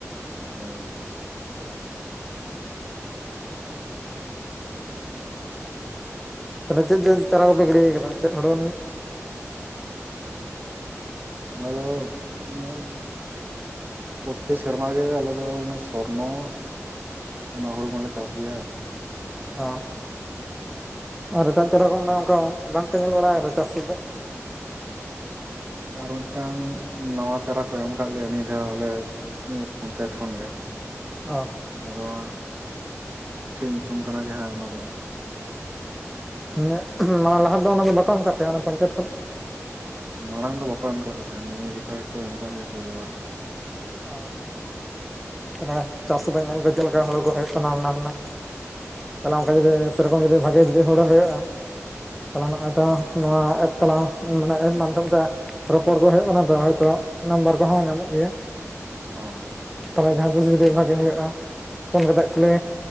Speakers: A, on the right; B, in the centre.
A: ᱦᱳᱭ
B: ᱛᱟᱦᱞᱮ ᱪᱮᱫ ᱪᱮᱫ ᱪᱟᱨᱟ ᱠᱚᱯᱮ ᱜᱤᱲᱤᱭ ᱟᱠᱟᱫᱟ ᱪᱮᱫ ᱦᱳᱲᱳ
A: ᱦᱮᱞᱳ <unintelligible> ᱯᱨᱚᱛᱤ ᱥᱮᱨᱢᱟ ᱜᱮ ᱟᱞᱮ ᱫᱚ ᱚᱱᱟ ᱥᱚᱨᱱᱚ ᱚᱱᱟ ᱦᱩᱲᱩ ᱢᱟᱞᱮ ᱪᱟᱥ ᱜᱮᱭᱟ
B: ᱚ ᱟᱨ ᱮᱴᱟᱜ ᱪᱟᱨᱟ ᱠᱚ ᱢᱮᱱᱟᱜ-ᱟ ᱚᱱᱠᱟ ᱵᱟᱝᱯᱮ ᱧᱮᱞ ᱵᱟᱲᱟ ᱟᱠᱟᱫᱟ ᱪᱟᱥ ᱥᱩᱫᱫᱟᱹ
A: ᱟᱨ ᱢᱤᱫ ᱴᱟᱝ ᱱᱟᱣᱟ ᱪᱟᱨᱟ ᱠᱚ ᱮᱢ ᱟᱠᱟᱫ ᱞᱮᱭᱟ ᱱᱤᱭᱟᱹ ᱫᱷᱟᱣ ᱟᱞᱮ ᱱᱤᱭᱟᱹ ᱯᱚᱧᱪᱟᱭᱮᱛ ᱠᱷᱚᱱ ᱜᱮ
B: ᱚ
A: ᱟᱫᱚ ᱦᱟᱸᱜ ᱪᱮᱫ ᱧᱩᱛᱩᱢ ᱠᱟᱱᱟ ᱡᱮ ᱦᱟᱸᱜ ᱚᱱᱟ ᱫᱚ
B: ᱤᱭᱟᱹᱜ <unintelligible> ᱢᱟᱱᱮ ᱞᱟᱦᱟ ᱫᱚ ᱚᱱᱟ ᱫᱚ ᱵᱟᱠᱚ ᱮᱢ ᱠᱟᱣᱟᱫ ᱯᱮᱭᱟ ᱚᱱᱟ ᱯᱚᱪᱟᱭᱮᱛ ᱠᱷᱚᱱ
A: ᱢᱟᱲᱟᱝ ᱫᱚ ᱵᱟᱠᱚ ᱮᱢ ᱟᱠᱟᱫ ᱞᱮ ᱛᱟᱦᱮᱸᱫ ᱱᱤᱭᱟᱹ ᱡᱮᱠᱷᱟ ᱜᱮᱠᱚ ᱮᱢ ᱟᱠᱟᱫ ᱞᱮᱭᱟ ᱯᱩᱭᱞᱳ ᱵᱟᱨ
B: ᱚ ᱛᱟᱦᱞᱮ ᱪᱟᱥ ᱦᱚᱸ ᱵᱟᱧ ᱧᱮᱞ ᱠᱟᱛᱮ ᱞᱮᱠᱟ ᱦᱩᱲᱩ ᱠᱚ ᱦᱩᱭᱩᱜ ᱠᱟᱱᱟ ᱚᱱᱟ ᱨᱮᱱᱟᱜ ᱛᱟᱞᱦᱮ ᱚᱱᱠᱟ ᱡᱩᱫ ᱥᱮᱨᱚᱠᱚᱢ ᱡᱩᱫᱤ ᱵᱷᱟᱜᱮ ᱡᱩᱫᱤ ᱦᱳᱲᱳ ᱦᱩᱭᱩᱜ-ᱟ᱾ ᱛᱟᱞᱦᱮ ᱱᱚᱜᱼᱚᱭ ᱛᱚ ᱱᱚᱣᱟ ᱮᱯ ᱛᱟᱞᱟ ᱢᱟᱱᱮ ᱮᱯ ᱢᱟᱫᱽᱫᱷᱚᱢ ᱛᱮ ᱨᱚᱯᱚᱲ ᱠᱚ ᱦᱩᱭᱩᱜ ᱠᱟᱱᱟ ᱛᱚ ᱦᱚᱭᱛᱚ ᱱᱟᱢᱵᱟᱨ ᱠᱚᱦᱚᱸ ᱧᱟᱢᱚᱜ ᱜᱮᱭᱟ
A: ᱦᱚᱸ
B: ᱛᱟᱞᱦᱮ ᱡᱟᱦᱟᱸ ᱛᱤᱥ ᱡᱩᱫᱤ ᱢᱚᱡᱽ ᱜᱮ ᱦᱳᱭᱳᱜ-ᱟ ᱯᱷᱳᱱ ᱜᱚᱫᱟᱫ ᱯᱮᱞᱮ